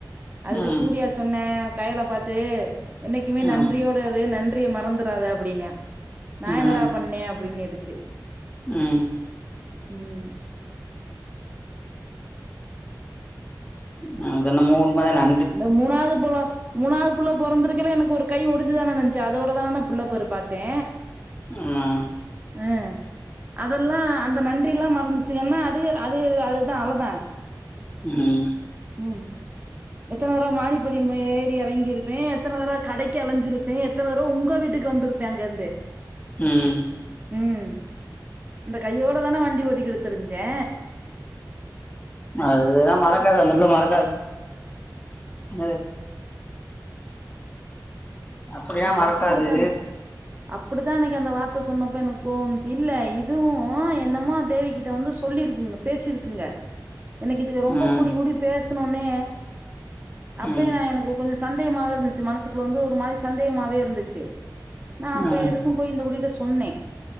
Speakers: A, on the right; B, on the left.
A: அதுக்கு
B: ம்
A: சூர்யா சொன்னே கயல பாத்து என்னெக்குமே
B: ம்
A: நன்றியோடு இரு நன்றிய மறந்துறாத அப்டின்னே நா
B: ம்
A: என்னடா பண்ணே அப்டின் கேட்டுச்சு
B: ம்
A: ம்
B: அ அது என்னமோ உண்மதா நா
A: இந்த மூணாது புள்ள மூணாவது புள்ள பொறந்துருக்கயில எனக்கு ஒரு கை ஒடிஞ்சிதான அண்ண இருந்துச்சி அதோடதான நா புள்ள போரு பாத்தே
B: ஆமா
A: அ அதெல்லா அந்த நன்றில்லா மறந்துச்சிங்கனா அதுக அதுக அதுதா அவ்ளோதா
B: ம்
A: ம் எத்தன தடவ மாடிப்படி ஏறி இறங்கியிருப்பே எத்தன தடவ கடைக்கு அலைஞ்சிருப்பே எத்தன தடவ உங்க வீட்டுக்கு வந்திருப்ப அங்கேருந்து
B: ம்
A: ம் இந்த கையோடதான வண்டி ஓட்டிகிட்டு திரிஞ்சே
B: அதுதா மறக்காது அந்த பிள்ள மறக்காது ங்க அப்டிலா
A: எனக்கு
B: மறக்காது
A: அப்டிதான் அப்டிதா அன்னைக்கு அந்த வார்த்த சொன்னப்ப எனக்கு கோவோ வந்துச்சி இல்ல இதுவு என்னமோ தேவி கிட்ட வந்து சொல்லியிருக்குங்க பேசிருக்குங்க எனக்கு இதுக ரொம்ப
B: ம்
A: கூடி கூடி பேசினோன்னே அப்பயே
B: ம்
A: நா எனக்கு கொஞ்சோ சந்தேகமாவே இருந்துச்சி மனசுக்குள்ள வந்து ஒரு மாரி சந்தேகமாவே இருந்துச்சி நா அப்ப
B: ம்
A: எதுக் கு போய் இந்த குட்டி கிட்ட சொன்னே